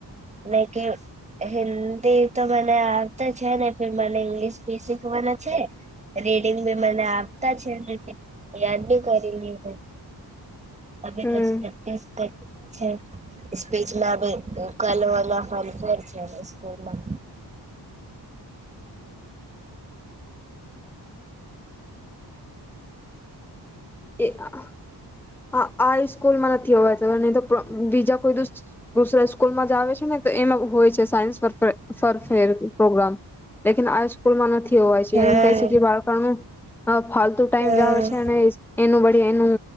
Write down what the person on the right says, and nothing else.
ને કે હિન્દી તો મને આવતા છે ને મને ઈંગ્લિશ બી શીખવાના છે રીડિંગ બી મને આપતા છે ને યાદ બી કરી લ તમે
રોજ પ્રેક્ટિસ કર છે સ્પીચમાં બી કલવરના ફર છે સ્કૂલમાં
હા
હા